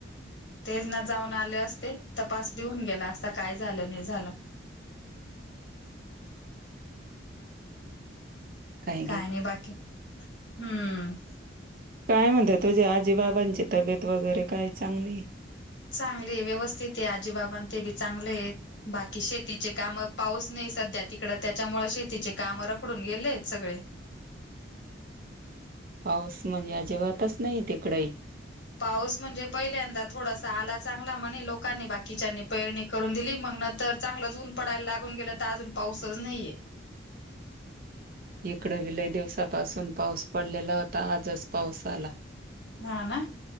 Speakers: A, on the left; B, on the right.
A: ते ना जाऊन आले असते तपास देऊन गेला असता काय झालं नाय झालं
B: काय
A: काय नाय बाकी हम्म
B: काय म्हणता तुझ्या आजी बाबांची तब्येत वगैरे काय चांगलीये.
A: चांगली आहे व्यवस्थित आहे आजीबाबां ते बी चांगले आहेत. बाकी शेतीचे काम पाऊस नाय सध्या तिकड त्याच्यामुळे शेतीचे काम रखडून गेलेत सगळे
B: पाऊस म्हणजे अजिबातच नाही तिकडेही
A: पाऊस म्हणजे पहिल्यांदा थोडासा आला चांगला म्हणे लोकांनी बाकीच्यानी पेरणी करून दिली मग न तर चांगलंच ऊन पडायला लागून गेलं त अजून पाऊसच नाहीये.
B: हीकड बी लय दिवसापासून पाऊस पडलेला होता आजच पाऊस आला.
A: हा ना.